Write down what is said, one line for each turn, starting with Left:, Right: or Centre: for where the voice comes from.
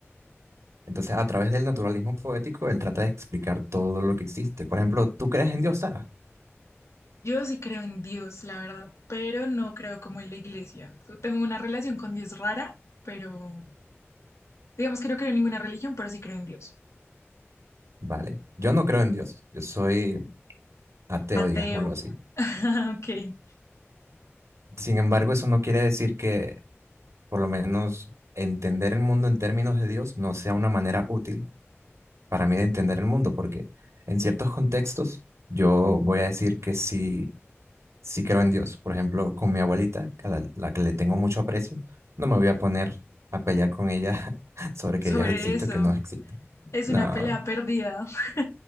Right: Entonces, a través del naturalismo poético, él trata de explicar todo lo que existe. Por ejemplo, ¿tú crees en Dios, Sara?
Left: Yo sí creo en Dios, la verdad, pero no creo como en la iglesia. Yo Tengo una relación con Dios rara, pero digamos que no creo en ninguna religión, pero sí creo en Dios.
Right: Vale. Yo no creo en Dios. Yo soy ateo,
Left: Ateo.
Right: digámoslo así.
Left: <laughs> Ok.
Right: Sin embargo, eso no quiere decir que, por lo menos, entender el mundo en términos de Dios no sea una manera útil para mí de entender el mundo, porque en ciertos contextos yo voy a decir que sí sí creo en Dios. Por ejemplo, con mi abuelita, a la, la que le tengo mucho aprecio, no me voy
Left: Claro.
Right: a poner a pelear con ella <laughs> sobre que
Left: Sobre
Right: Dios existe
Left: eso.
Right: o que no existe.
Left: Es
Right: No,
Left: una pelea perdida. <laughs>